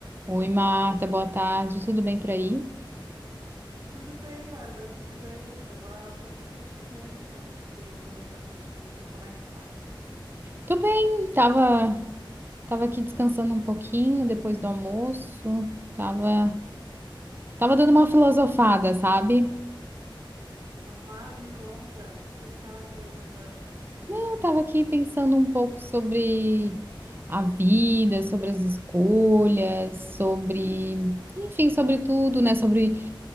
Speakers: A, on the right (about 25°); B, on the right (about 50°).
A: Oi, Marta, boa tarde. Tudo bem por aí?
B: Tudo bem, Bárbara, tudo bem? Tava pensando em ti mesmo. Queria conversar contigo. Como é que tu tá?
A: Tô bem, tava, tava aqui descansando um pouquinho depois do almoço. Tava, tava dando uma filosofada, sabe?
B: Capaz, me conta o que que tava filosofando.
A: Não, tava aqui pensando um pouco sobre a vida, sobre as escolhas, sobre, enfim, sobre tudo, né? Sobre